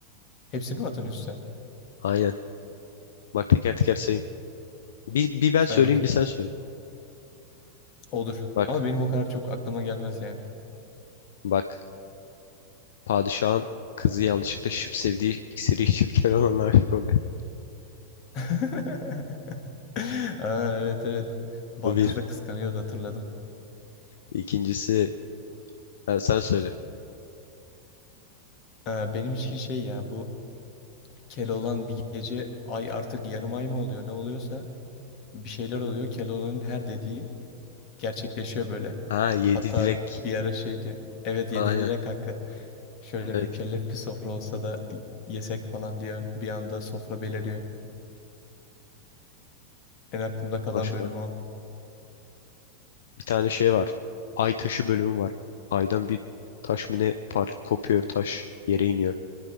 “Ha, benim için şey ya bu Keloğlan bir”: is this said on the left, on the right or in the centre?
Left